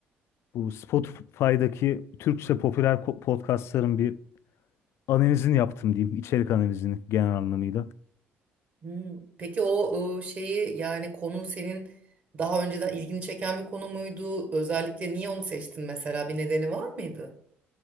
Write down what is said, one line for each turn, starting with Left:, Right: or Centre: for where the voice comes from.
Left: Bu Spotify'daki Türkçe popüler ko- podcastların bir analizini yaptım diyeyim. içerik analizini genel anlamıyla.
Right: Hmm, Peki o e, şeyi yani konu senin daha önceden ilgini çeken bir konu muydu? Özellikle niye onu seçtin mesela bir nedeni var mıydı?